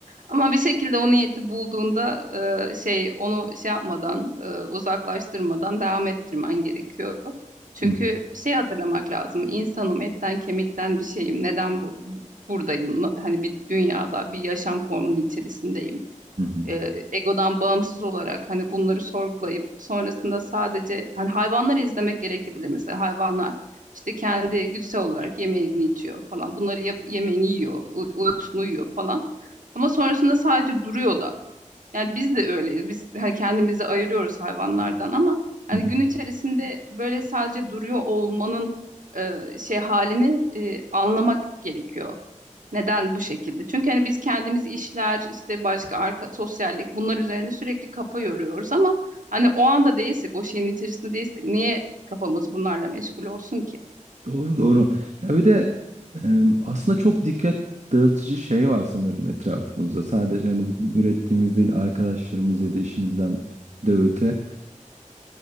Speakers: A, on the right; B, on the right.
A: Ama bir şekilde o niyeti bulduğunda e, şey onu şey yapmadan e, uzaklaştırmadan devam ettirmen gerekiyor. Çünkü
B: Hı
A: şey hatırlamak lazım. İnsanım etten kemikten bir şeyim. Neden bu, bu- buradayım? Hani bir dünyada bir yaşam formunun içerisindeyim
B: hı hı.
A: e, egodan bağımsız olarak hani bunları sorgulayıp sonrasında sadece hani hayvanları izlemek gerekebilir mesela hayvanlar işte kendi güdüsel olarak yemeğini içiyor falan bunları yap, yemeğini yiyor uy- uykusunu uyuyor falan ama sonrasında sadece duruyor da yani biz de öyleyiz biz hani kendimizi ayırıyoruz hayvanlardan ama hani
B: Hı hı.
A: gün içerisinde böyle sadece duruyor olmanın e, şey halini e, anlamak gerekiyor. Neden bu şekilde? Çünkü hani biz kendimiz işler, işte başka arka sosyallik bunlar üzerinde sürekli kafa yoruyoruz ama hani o anda değilsek, o şeyin içerisinde değilsek niye kafamız bunlarla meşgul olsun ki?
B: Doğru doğru. Ya bir de e, aslında çok dikkat dağıtıcı şey var sanırım etrafımızda. Sadece hani bizim ürettiğimiz değil arkadaşlarımız ya da işimizden de öte.